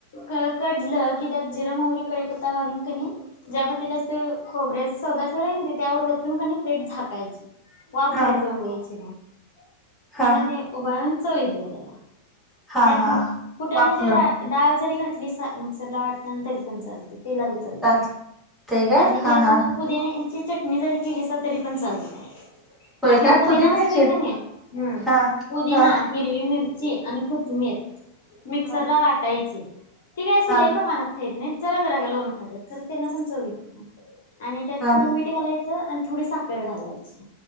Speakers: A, on the left; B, in the centre.
A: क... कडलं... की त्यात जिरं, मोहरी, कळीपत्ता घालून कनी ज्या पातेल्यात खोबऱ्याचा सौदा ठेवलाय नं... त्यावर वतून क... नी प्लेट झाकायचं. वाफ
B: हा
A: बाहेर जाऊन द्यायची नाय.
B: हा
A: त्याने ते उबाळून चव येतीया त्याला...
B: हा
A: त्यात
B: हा
A: फुटाण्याची
B: वाफलून
A: डाळ डाळ जरी घातलीस ना मिक्सरला वाटताना... तरी पण चालतं... तिला बी चालतंय...
B: चालते काय
A: आणि
B: हा
A: त्याच्या संग
B: हा
A: पुदिन्याची चटणी जरी केलीसा... तरी पण चालतय...
B: होय
A: आपला
B: काय
A: पुदिना
B: पुदिन्याची
A: असतोय का नाई... हम्म.
B: हा
A: पुदिना...
B: हा
A: हिरवी मिरची आणि कोथमिर मिक्सरला
B: हा
A: वाटायची. ते काय असं...
B: हा
A: लय प्रमाणात खात नाई... जरा जरा लवून खात्यात. खरं त्याने पण चव येती. आणि त्यात
B: हा
A: थोडं मीठ घालायचं... आणि थोडी साखर घालायची.